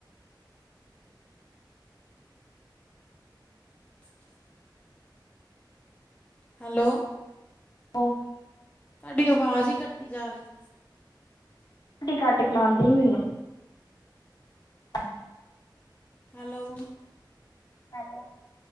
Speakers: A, on the left; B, on the left.
A: <unintelligible> ਹੈਲੋ
B: <unintelligible>
A: ਤੁਹਾਡੀ ਆਵਾਜ਼ ਹੀ ਕੱਟੀ ਜਾ ਰਹੀ।
B: ਕੱਟ ਕੇ ਆਉਂਦੀ ਪਈ ਮੈਨੂੰ ਹੂੰ
A: ਹੈਲੋ
B: ਹੈਲੋ